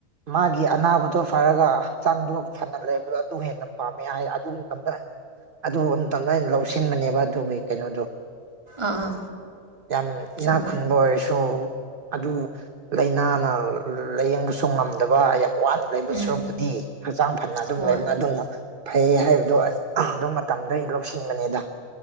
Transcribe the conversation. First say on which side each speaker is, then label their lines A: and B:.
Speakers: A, on the right; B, on the right.
A: ꯃꯥꯒꯤ ꯑꯅꯥꯕꯗꯣ ꯐꯔꯒ ꯍꯛꯆꯥꯡꯗꯣ ꯐꯅ ꯂꯩꯕꯗꯣ ꯑꯗꯨ ꯍꯦꯟꯅ ꯄꯥꯝꯃꯦ ꯍꯥꯏ ꯑꯗꯨ ꯃꯇꯝꯗ ꯑꯩꯅ ꯑꯗꯨ ꯑꯝꯇꯪꯗ ꯑꯩꯅ ꯂꯧꯁꯤꯟꯕꯅꯦꯕ ꯑꯗꯨꯒꯤ ꯀꯩꯅꯣꯗꯣ
B: ꯑꯥ ꯑꯥ
A: ꯌꯥꯝ ꯏꯅꯥꯛ
B: ꯆꯨꯝꯃꯦ
A: ꯈꯨꯟꯕ ꯑꯣꯏꯔꯁꯨ ꯑꯗꯨ ꯂꯥꯏꯅꯥꯅ ꯂꯥꯏꯌꯦꯡꯕꯁꯨ ꯉꯝꯗꯕ ꯌꯥꯝ ꯋꯥꯅ ꯂꯩꯕ
B: ꯎꯝ
A: ꯁꯔꯨꯛꯄꯨꯗꯤ ꯍꯛꯆꯥꯡ ꯐꯅ ꯑꯗꯨꯝ
B: ꯍꯣꯏ
A: ꯂꯩꯕꯅ ꯑꯗꯨꯅ ꯐꯩ ꯍꯥꯏꯕꯗꯣ ꯑꯗꯨ ꯃꯇꯝꯗ ꯑꯩ ꯂꯧꯁꯤꯟꯕꯅꯤꯗ